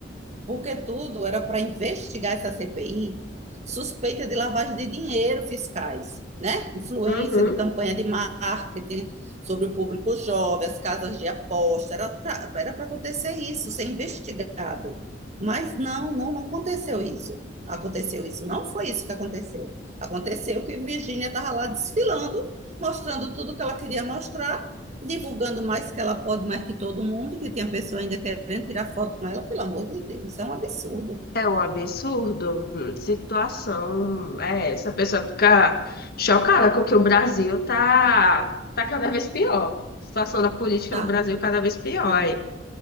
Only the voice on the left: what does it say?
Uhum.
É um absurdo. Hum, Situação. É, essa pessoa fica chocada com que o Brasil tá, tá cada vez pior. Situação da política
no Brasil cada vez pior.